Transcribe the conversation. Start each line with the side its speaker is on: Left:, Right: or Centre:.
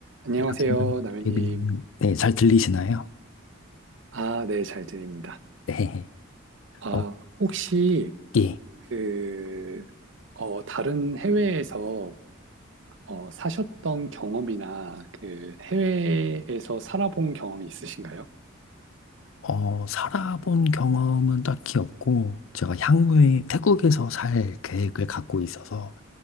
Right: 안녕하세요,
Left: 안녕하세요.
Right: 남현님.
Left: 데이비드님. 네, 잘 들리시나요?
Right: 아, 네, 잘 들립니다.
Left: 네.
Right: 아,
Left: 어,
Right: 혹시
Left: 예.
Right: 그, 어, 다른 해외에서 어, 사셨던 경험이나 그 해외에서 살아본 경험이 있으신가요?
Left: 어, 살아본 경험은 딱히 없고, 제가 향후에 태국에서 살 계획을 갖고 있어서